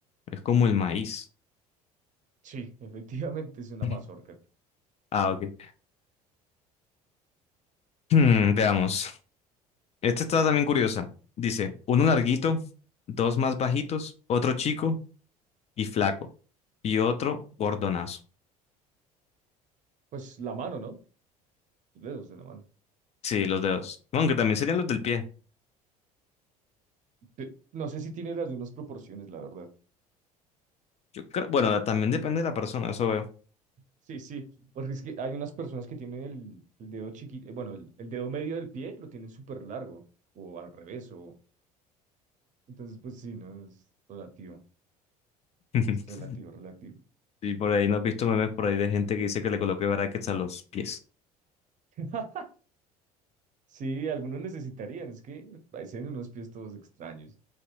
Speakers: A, on the left; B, on the right.
A: es como el maíz.
B: Sí, <laughs> efectivamente es una
A: <laughs>
B: mazorca.
A: Ah, ok. Hmm, veamos.
B: Sí.
A: Esta está también curiosa. Dice, uno larguito, dos más bajitos, otro chico y flaco, y otro gordonazo.
B: Pues la mano, ¿no? Los dedos de la mano.
A: Sí, los dedos. Aunque también
B: No,
A: serían los del pie.
B: Pe- No sé si tiene las mismas proporciones, la verdad.
A: Yo creo, bueno, también depende de la persona, eso veo.
B: Sí, sí, porque es que hay unas personas que tienen el, el dedo chiquito, bueno, el, el dedo medio del pie lo tienen súper largo, o al revés, o... Entonces, pues sí, no, es relativo,
A: <laughs>
B: es relativo, relativo.
A: Sí, por ahí no has visto memes por ahí de gente que dice que le coloque brackets a los pies,
B: <laughs> Sí, algunos necesitarían, es que parecen unos pies todos extraños.